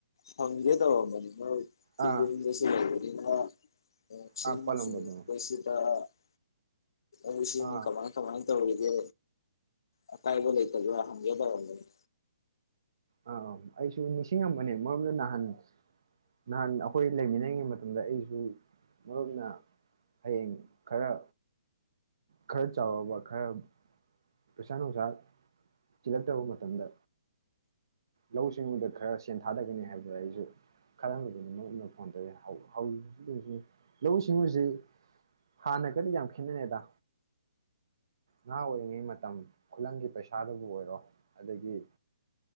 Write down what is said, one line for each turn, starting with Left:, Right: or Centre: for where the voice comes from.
Left: ꯍꯪꯒꯦ ꯇꯧꯔꯝꯕꯅꯤ ꯅꯣꯏ <unintelligible>
Right: ꯑꯥ
Left: ꯂꯩꯕꯅꯤꯅ <unintelligible>
Right: ꯑꯥ ꯄꯜꯂꯝꯕꯗꯣ
Left: ꯂꯧ ꯁꯤꯡ
Right: ꯑꯥ
Left: ꯀꯃꯥꯏ ꯀꯃꯥꯏ ꯇꯧꯔꯤꯒꯦ ꯑꯀꯥꯏꯕ ꯂꯩꯍꯕ꯭ꯔ ꯍꯪꯒꯦ ꯇꯧꯔꯝꯕꯅꯤ
Right: ꯑꯥ ꯑꯝ ꯑꯩꯁꯨ ꯅꯤꯡꯁꯤꯡꯉꯝꯕꯅꯦ ꯃꯔꯨꯞꯅ ꯅꯍꯥꯟ ꯅꯍꯥꯏ ꯑꯈꯣꯏ ꯂꯩꯃꯤꯟꯅꯩꯉꯩ ꯃꯇꯝꯗ ꯑꯩꯁꯨ ꯃꯔꯨꯞꯅ ꯍꯌꯦꯡ ꯈꯔ ꯈꯔ ꯆꯥꯎꯔꯕ ꯈꯔ ꯄꯩꯁꯥ ꯅꯨꯡꯁꯥ ꯆꯤꯜꯂꯛꯇꯕ ꯃꯇꯝꯗ ꯂꯧꯁꯤꯎꯗ ꯈꯔ ꯁꯦꯟ ꯊꯥꯗꯒꯅꯤ ꯍꯥꯐꯕꯗꯣ ꯑꯩꯖꯨ ꯈꯜꯂꯝꯃꯤꯅꯦ ꯃꯔꯨꯞꯅ ꯐꯣꯟ <unintelligible> ꯂꯧꯎ ꯁꯤꯡꯎꯁꯤ ꯍꯥꯟꯅꯒꯗꯤ ꯌꯥꯝ ꯈꯦꯟꯅꯔꯦꯗ ꯅꯍꯥ ꯑꯣꯏꯔꯤꯉꯩ ꯃꯇꯝ ꯈꯨꯜꯂꯪꯒꯤ ꯄꯩꯁꯥ ꯗꯕꯨ ꯑꯣꯏꯔꯣ ꯑꯗꯒꯤ